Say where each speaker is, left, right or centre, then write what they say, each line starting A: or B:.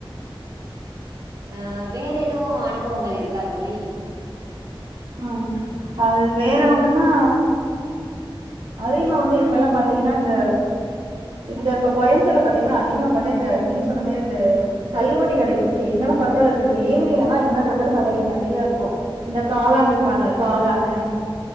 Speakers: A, on the right (about 45°); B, on the right (about 70°).
A: அஹ் வேற எதுவும் அனுபவங்கள் இருக்கா தோழி
B: உஹம் அது வேற ஒண்ணுன்னா அதிகமா வந்து இப்பெல்லாம் பார்த்தீங்கன்னா இந்த இந்த இப்ப கோயம்புத்தூர்ல பார்த்தீங்கன்னா அதிகமா பாத்தே இந்த நீங்க சொன்ன மாதிரி இந்த தள்ளுவண்டி கடைகள் வந்து எங்கன்ன பாத்தாலும் இருக்குது ஈவினிங் ஆனா எங்க பார்த்தாலும் கடைகள் நெறைய இருக்கும் இந்த காளான் விப்பாங்க காளானு